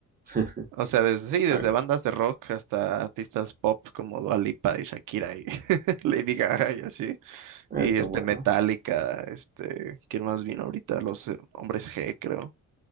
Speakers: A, on the right; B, on the right.
A: <laughs>
B: O sea, desde, sí, desde
A: Bueno,
B: bandas de rock hasta artistas pop como Dua Lipa y Shakira y <laughs> Lady Gaga y así.
A: esto
B: Y este
A: es bueno.
B: Metallica, este, ¿quién más vino ahorita? Los eh, Hombres G, creo.